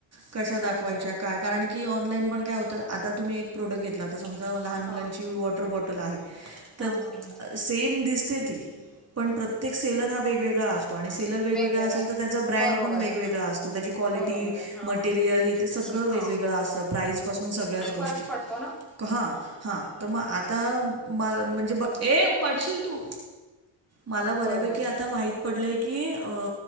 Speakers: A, on the right; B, in the centre.
A: कशा दाखवायच्या
B: बरोबर
A: काय कारण की ऑनलाईन पण काय होत आता तुम्ही एक प्रोडक्ट घेतला आता समजा लहान मुलांची
B: हा हा
A: वॉटर बॉटल आहे,
B: हा
A: तर
B: हा हा
A: सेम दिसते ती पण प्रत्येक सेलर हा वेगवेगळा अस तो आणि सेलर वेगवेगळा
B: वेगवेगळ्या
A: असेल तर त्याचा ब्रँड
B: बरोबर
A: पण वेगवेगळा
B: आहे
A: असतो त्याची क्वालिटी
B: बरोबर आहे हा
A: मटेरियल
B: हा हा
A: हे ते सगळं वेगवेगळं
B: हा
A: असतं प्राईज पासून सगळ्याच गोष्टी.
B: फरक पडतो ना
A: हा हा तर मग आता म म्हणजे, ए पडशील तू. मला बऱ्यापैकी
B: बरोबर
A: आता माहित पडलंय की अ